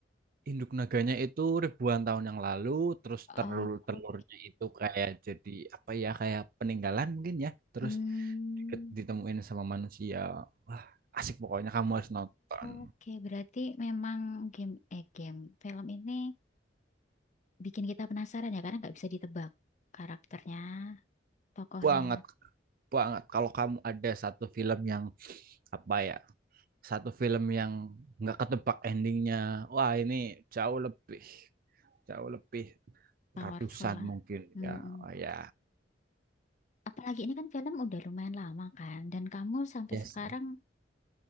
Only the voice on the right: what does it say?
Induk naganya itu ribuan tahun yang lalu, terus
telur-telurnya itu kayak jadi apa ya, kayak peninggalan mungkin ya. Terus
ditemuin sama manusia. Wah, asik pokoknya kamu harus nonton
banget banget kalau kamu ada satu film yang apa ya satu film yang nggak ketebak endingnya wah ini jauh lebih jauh lebih
ratusan
mungkin
ya oh ya
ya
sih